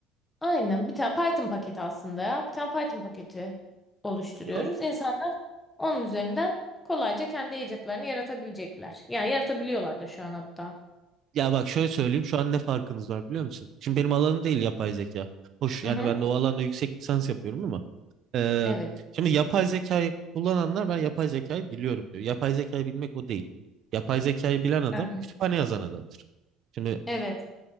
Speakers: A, on the left (about 15°); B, on the right (about 55°).
A: Aynen bir tane Python paketi aslında ya. Bir tane Python paketi oluşturuyoruz.
B: Yo,
A: İnsanlar onun üzerinden kolayca kendi agentlarını yaratabilecekler. Yani yaratabiliyorlar da şu an hatta.
B: Ya bak şöyle söyleyeyim şu an ne farkınız var biliyor musun? Şimdi benim alanım değil yapay zeka. Hoş yani
A: Hı hı.
B: ben de o alanda yüksek lisans yapıyorum ama Ee,
A: Evet.
B: şimdi yapay zekayı kullananlar ben yapay zekayı biliyorum diyor. Yapay zekayı bilmek o değil. Yapay zekayı bilen adam
A: Yani
B: kütüphane yazan adamdır. Şimdi
A: Evet.